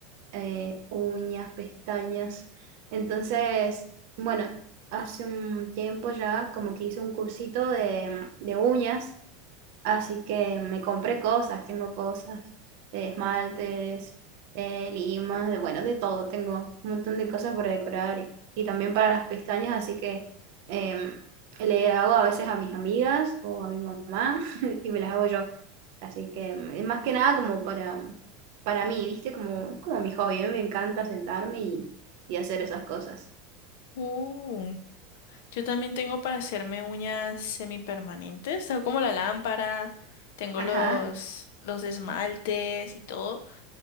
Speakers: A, on the right; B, on the left.
A: eh, uñas, pestañas. Entonces, bueno, hace un tiempo ya como que hice un cursito de, de uñas Así que me compré cosas, tengo cosas, eh, esmaltes, eh, limas, de, bueno, de todo, tengo un montón de cosas para decorar y, y también para las pestañas, así que eh, le hago a veces a mis amigas o a mi mamá <laughs> y me las hago yo. Así que mm, más que nada como para, para mí, ¿viste? Como, es como mi hobby, a mí me encanta sentarme y, y hacer esas cosas.
B: Uh. Yo también tengo para hacerme uñas semipermanentes, tengo como la lámpara, tengo
A: Ajá,
B: los, los esmaltes y todo,